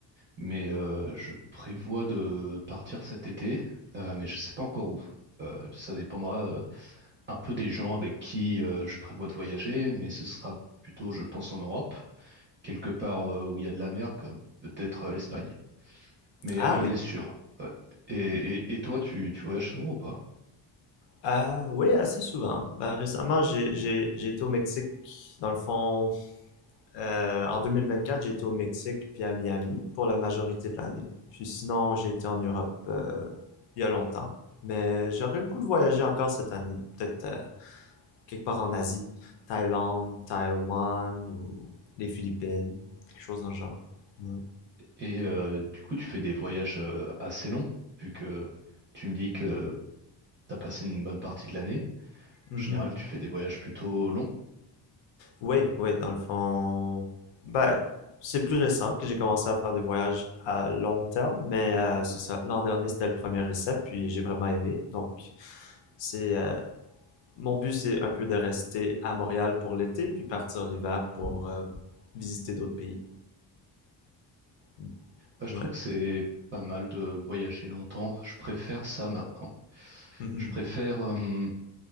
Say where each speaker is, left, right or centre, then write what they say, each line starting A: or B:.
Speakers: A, on the right (about 30°); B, on the left (about 80°).
A: mais euh, je prévois de partir cet été, euh, mais je sais pas encore où. Euh, ça dépendra euh, un peu des gens avec qui euh, je prévois de voyager, mais ce sera plutôt, je pense, en Europe, quelque part euh, où il y a de la mer, comme peut-être euh, l'Espagne mais
B: Ah
A: rien
B: oui.
A: n'est sûr. Ouais. Et, et, et toi, tu, tu voyages souvent ou pas?
B: Ah oui, assez souvent. Ben, récemment, j'ai j'ai j'ai été au Mexique. Dans le fond, euh, en 2024, j'ai été au Mexique puis à Miami pour la majorité de l'année. Puis sinon, j'ai été en Europe euh, il y a longtemps. Mais j'aurais le goût de voyager encore cette année. Peut-être euh, quelque part en Asie, Thaïlande, Taïwan ou les Philippines, quelque chose dans le genre. Ouais.
A: Et euh, du coup, tu fais des voyages euh, assez longs, vu que tu me dis que t'as passé une bonne partie de l'année.
B: Mhm.
A: En général, tu fais des voyages plutôt longs.
B: Oui, oui, dans le fond. Ben, c'est plus récent que j'ai commencé à faire des voyages à long terme, mais euh, c'est ça. L'an dernier, c'était le premier essai, puis j'ai vraiment aimé. Donc, c'est euh, mon but, c'est un peu de rester à Montréal pour l'été, puis partir l'hiver pour euh, visiter d'autres pays. Mm,
A: Bah,
B: Ouais.
A: je trouve que c'est pas mal de voyager longtemps. Je préfère ça maintenant.
B: Mhm.
A: Je préfère euh,